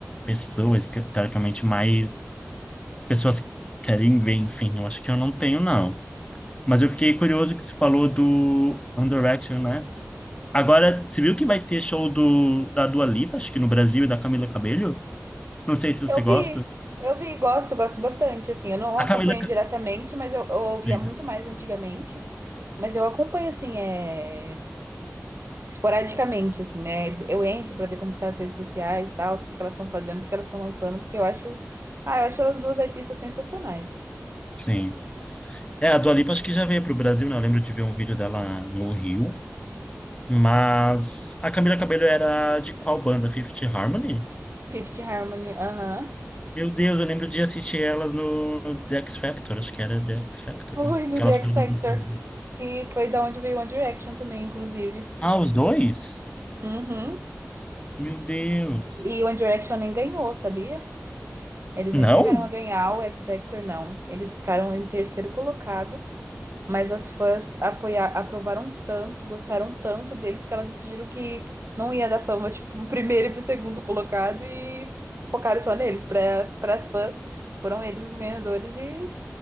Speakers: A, on the left; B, on the right.
A: pessoas, que, teoricamente mais pessoas querem ver, enfim, eu acho que eu não tenho, não. Mas eu fiquei curioso que você falou do One Direction, né? Agora, você viu que vai ter show do, da Dua Lipa, acho que no Brasil, e da Camila Cabello? Não sei se você
B: Eu vi,
A: gosta.
B: eu vi, gosto, gosto bastante, assim. Eu não acompanho
A: A Camila
B: diretamente, mas eu, eu ouvia
A: Cabello.
B: muito mais antigamente. Mas eu acompanho, assim, é. esporadicamente, assim, né? Eu entro pra ver como que tá as redes sociais e tal, o que que elas estão fazendo, o que que elas estão lançando, porque eu acho. Ah, eu acho elas duas artistas sensacionais.
A: Sim. É, a Dua Lipa acho que já veio para o Brasil, né? Eu lembro de ver um vídeo dela no Rio. Mas a Camila Cabello era de qual banda? Fifth Harmony?
B: Fifth Harmony, aham.
A: Meu Deus, eu lembro de assistir elas no The X Factor, acho que era The X Factor.
B: Foi no
A: Que elas
B: The
A: foram
B: X Factor,
A: lançadas.
B: que foi da onde veio One Direction também, inclusive.
A: Ah, os dois?
B: Uhum.
A: Meu Deus.
B: E One Direction nem ganhou, sabia? Eles
A: Não?
B: nem chegaram a ganhar o X Factor, não. Eles ficaram em terceiro colocado. Mas as fãs apoia- aprovaram tanto, gostaram tanto deles, que elas decidiram que não ia dar fama, <laughs> tipo, pro primeiro e pro segundo colocado e focaram só neles. Para as fãs, foram eles os ganhadores e